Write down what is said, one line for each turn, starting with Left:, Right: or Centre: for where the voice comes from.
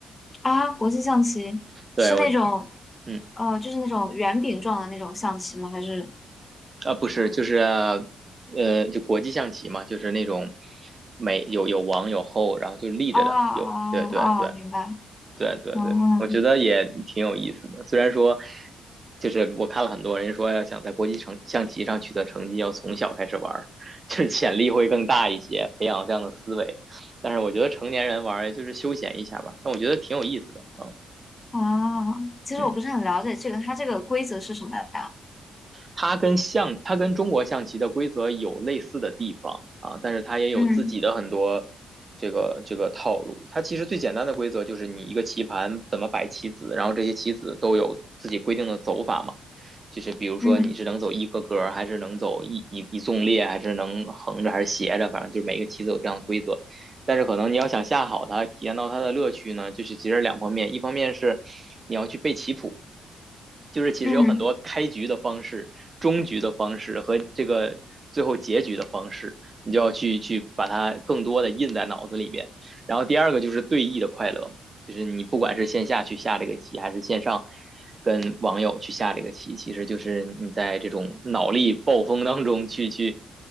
Left: 啊，国际象棋是那种，
Right: <laughs> 对我嗯
Left: 呃，就是那种圆饼状的那种象棋吗？还是
Right: 啊不是就是呃就国际象棋嘛，就是那种每有有王有后，然后就立着的，
Left: 啊啊啊，
Right: 有对对对
Left: 明白。
Right: 对对对，
Left: 哦
Right: 我觉得也挺有意思的。虽然说，就是我看了很多人说，要想在国际成象棋上取得成绩，要从小开始玩儿，<laughs> 就是潜力会更大一些，培养这样的思维。但是我觉得成年人玩儿就是休闲一下吧，但我觉得挺有意思的。嗯
Left: 啊，其实我不是很了解这个，
Right: 嗯。
Left: 它这个规则是什么呀？
Right: 它跟象，它跟中国象棋的规则有类似的地方啊，但是它也有自己的很多
Left: 嗯
Right: 这个这个套路。它其实最简单的规则就是你一个棋盘怎么摆棋子，然后这些棋子都有自己规定的走法嘛。就是比如说你是能走一个格，
Left: 嗯
Right: 还是能走一一一纵列，还是能横着还是斜着，反正就是每个棋子有这样的规则。但是可能你要想下好它，体验到它的乐趣呢，就是其实两方面，一方面是你要去背棋谱。就是其实有很多开局的方式、
Left: 嗯
Right: 终局的方式和这个最后结局的方式，你就要去去把它更多的印在脑子里边。然后第二个就是对弈的快乐嘛，就是你不管是线下去下这个棋，还是线上跟网友去下这个棋，其实就是你在这种脑力暴风当中去去